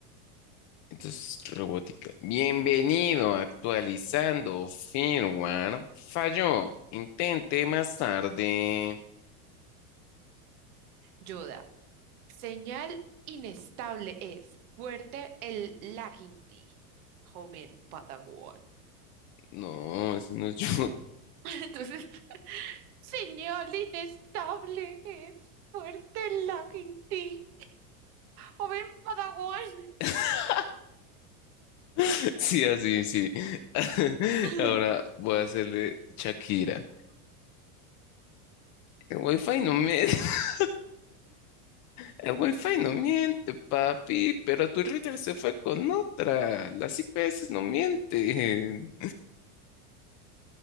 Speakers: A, on the left; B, on the right.
A: Entonces, robótica. Bienvenido, actualizando firmware. Falló. Intente más tarde.
B: Yoda, señal inestable es. Fuerte el lagging joven Padawan.
A: No, eso no es yo.
B: <laughs> Entonces, señal inestable, es fuerte el laguinti, joven Padawan.
A: <laughs> <laughs> Sí, así, sí. <laughs>
B: <laughs>
A: Ahora voy a hacerle Shakira. El wifi no miente, <laughs> el wifi no miente, papi, pero tu router se fue con otra. Las IPS no mienten.